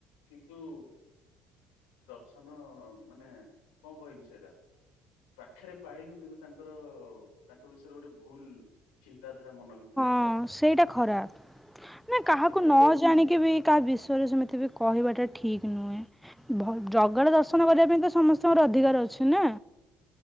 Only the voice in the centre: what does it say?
ହ ସେଇଟା ଖରାପ। ନା କାହାକୁ
ନ
ଜାଣି କେ ବି କାହା ବିଷୟରେ ସେମିତି ବି କହିବାଟା ଠିକ ନୁହେଁ। ଭଗ- ଜଗାର ଦର୍ଶନ କରିବା ପାଇଁ ତ ସମସ୍ତଙ୍କର ଅଧିକାର ଅଛି ନା।